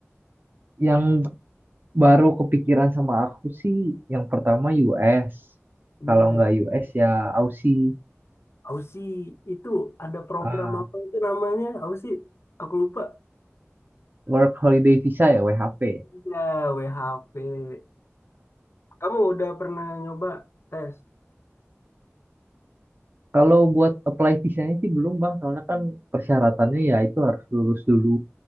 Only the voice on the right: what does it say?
yang baru kepikiran sama aku sih yang pertama US.
Kalau nggak US ya Aussie
ah,
Work Holiday Visa ya WHV.
Kalau buat apply visanya sih belum Bang, soalnya kan persyaratannya ya itu harus lulus dulu.